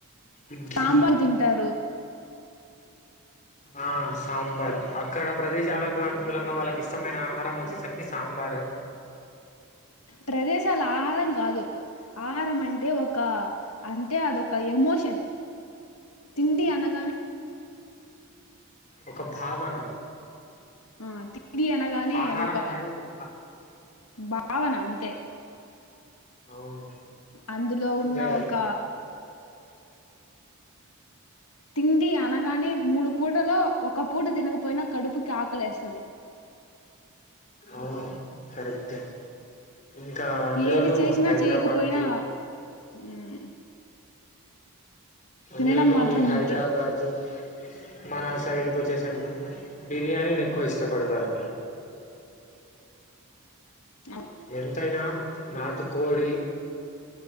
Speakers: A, on the left; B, on the left.
A: ఇడ్లీ
B: సాంబార్ తింటారు
A: ఆ సాంబార్ అక్కడ ప్రదేశాలకు అనుకూలంగా వాళ్ళకు ఇస్త అచ్చమైన ఆహారం వచ్చేసరికి సాంబారు
B: ప్రదేశాలు ఆహారం కాదు ఆహారం అంటే ఒ క అంటే అది ఒక ఎమోషన్ తిండి అనగనే
A: ఒక భావన
B: ఆ తికిడి అనగానే
A: ఆహారం
B: అది ఒక
A: అనేది భా
B: భావన అంతే
A: అవును
B: అందులో ఉన్న
A: అంటే
B: ఒక తిండి అనగానే మూడు పూటలో ఒక పూట తినకపోయినా కడుపుకి ఆకలేస్తది
A: అవును కరెక్టే ఇంకా అందులోను
B: ఏది చేసినా
A: హైదరాబాద్
B: చేయకపోయినా
A: జు
B: ఉమ్
A: అందులోనూ
B: తినడం మాత్రం
A: ఈ హైదరాబాదు
B: ముఖ్యం
A: మన సైడ్ కు వచ్చేసరికి బిర్యానీని ఎక్కువ ఇష్టపడతారు
B: ఆమె
A: ఎంతైనా నాటు కోడి